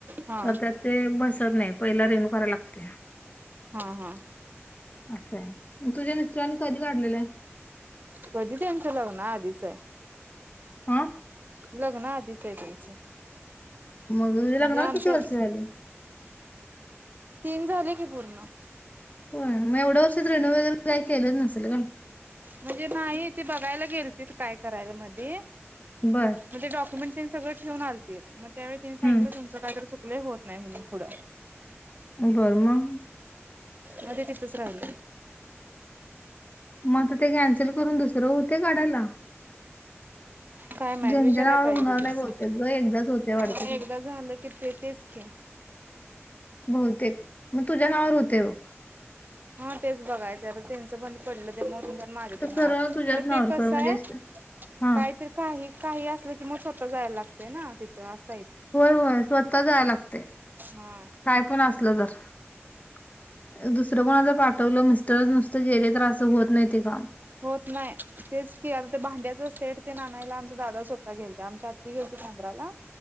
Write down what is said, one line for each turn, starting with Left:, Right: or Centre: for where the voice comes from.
Right: हा.
Left: तर त्यात ते बसत नाही पहिला रिण्यू कराय लागतय
Right: हा हा.
Left: असय, तुझ्या मस्त्रांने कधी काढलेलं?
Right: कधी, त्यांचं लग्ना आधीचय
Left: आं?
Right: लग्न आधीच आहे त्यांचं
Left: मग
Right: म्हणजे
Left: लग्नाला
Right: आमच्या
Left: किती वर्ष झाली?
Right: तीन झाले की पूर्ण
Left: हो मग एवढ्या वर्ष रिन्यू वगैरे काय केलं नसेल ग
Right: म्हणजे नाही ते बघायला गेल त काय करायला मध्ये
Left: बर
Right: मग ते डाक्युमेंट सगळं ठेवून आलतेत, मग त्यावेळी त्यानी सांगितलं
Left: हम्म
Right: तुमचं काय तर चूक होत नाही म्हणून पुढ
Left: बर मग?
Right: मध्ये तिथच राहिलं
Left: मग ते कॅन्सल करून दुसरं होतय काढायला?
Right: काय माहित
Left: ज्यांच्या
Right: विचारायला
Left: नावावर
Right: पाहिजे
Left: होणार
Right: ते
Left: नाही
Right: तस
Left: बहुतेक ग एकदाच होतय वाटत
Right: ह
Left: ते
Right: एकदा झालं की ते तेच कि
Left: बहुतेक मग तुझ्या नावावर होते बग
Right: हा तेच बघायचं आता त्यांचं बंद पडलं ते मरुद्या माझ तर नाव
Left: सरळ तुझ्याच
Right: खर
Left: नावावर
Right: ते कसय
Left: कर म्हणजे हा
Right: काहीतरी काही काही असलं मग स्वतः जाय लागतंय ना तिथं अस?
Left: होय होय स्वतः जाय लागते,
Right: हा
Left: काय पण असलं तर दुसरं कोणा क पाठवलं मिस्टर नुसतं गेले तर असं होत नाही ते काम
Right: होत नाही तेच कि, आता ते भांड्याच सेट ते आनायला आमचा दादाच स्वतः गेलते आमच्या अत्ती गेलती मुंब्राला